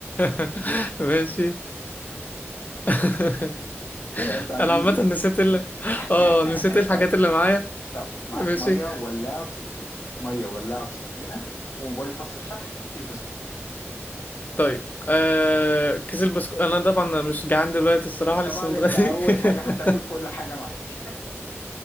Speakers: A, on the left; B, on the left.
A: <laughs> ماشي <laughs>
B: سؤال تعجيزي
A: انا عامة نسيت ال
B: <laughs>
A: اه نسيت الحاجات
B: طيب
A: اللي معايا
B: طب معاك
A: ماشي
B: مية ولاعة وسكينة مية ولاعة وسكينة وموبايل فاصل شحن وكيس بسكوت
A: طيب آه... كيس البسكوت انا طبعا مش جعان دلوقتي الصراحة
B: طبعا
A: لسه متغدي
B: انت اول حاجة
A: <laughs>
B: هتاكل كل حاجة معاك